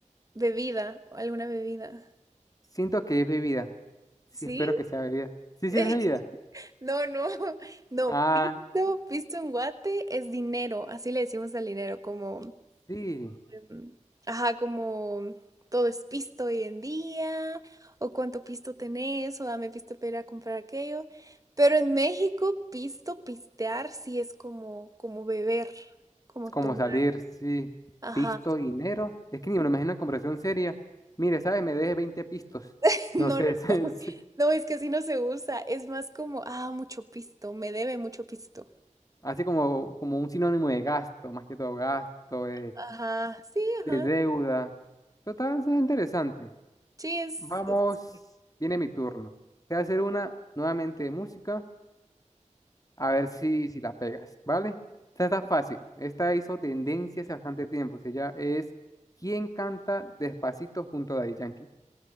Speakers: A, on the right (about 25°); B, on the left (about 25°).
A: Bebida, alguna bebida.
B: Siento que es bebida. Sí,
A: ¿Sí?
B: espero que sea bebida. Sí,
A: <laughs>
B: sí, es bebida.
A: No, no, <laughs> no,
B: Ah,
A: pisto, pisto en guate es dinero, así le decimos al dinero, como,
B: sí.
A: em, ajá, como todo es pisto hoy en día, o cuánto pisto tenés, o dame pisto para ir a comprar aquello. Pero en México, pisto, pistear, sí es como, como beber, como tomar.
B: Como salir, sí,
A: Ajá,
B: pisto, dinero. Es que ni me lo imagino en conversación seria. Mire, ¿sabes? Me deje 20 pistos.
A: <laughs> no,
B: No sé,
A: no,
B: <laughs> es- es
A: no, no, es que así no se usa, es más como, ah, mucho pisto, me debe mucho pisto.
B: así como, como un sinónimo de gasto, más que todo gasto, de,
A: Ajá, sí, ajá,
B: de deuda. Total, eso es interesante.
A: sí, es,
B: Vamos,
A: es-
B: viene mi turno. Te voy a hacer una nuevamente de música, a ver si, si la pegas, ¿vale? Esta está fácil. Esta hizo tendencia hace bastante tiempo. O sea, ya es ¿Quién canta Despacito junto a Daddy Yankee?